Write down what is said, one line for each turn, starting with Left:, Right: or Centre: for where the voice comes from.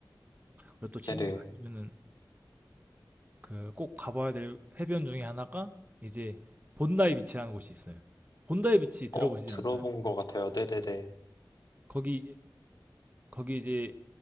Right: 그리고 또 시드니
Left: 네네.
Right: 가시면은 그 꼭 가봐야 될 해변 중에 하나가 이제 본다이 비치라는 곳이 있어요. 본다이 비치 들어보시지
Left: 어, 들어본
Right: 않았어요?
Left: 것 같아요. 네네네.
Right: 거기 거기 이제